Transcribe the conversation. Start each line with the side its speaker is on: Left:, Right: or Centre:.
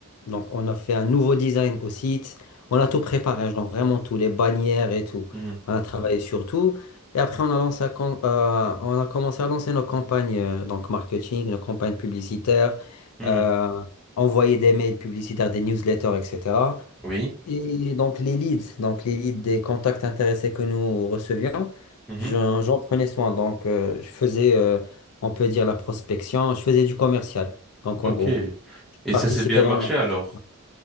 Left: donc on a fait un nouveau design au site, on a tout préparé, genre vraiment tout, les bannières et tout.
Centre: Mhm.
Left: On a travaillé sur tout. Et après, on a lancé, à com- euh, on a commencé à lancer nos campagnes, euh, donc marketing, nos campagnes publicitaires,
Centre: Mhm.
Left: euh,
Centre: Mhm.
Left: envoyer des mails publicitaires, des newsletters, etc.
Centre: Oui.
Left: Et donc les leads, donc les leads des contacts intéressés que nous recevions,
Centre: Mhm.
Left: j'en j'en prenais soin. Donc euh, je faisais, euh, on peut dire, la prospection, je faisais du commercial. Donc
Centre: Ok.
Left: en gros,
Centre: Et
Left: je participais
Centre: ça s'est bien marché
Left: dans le marketing.
Centre: alors?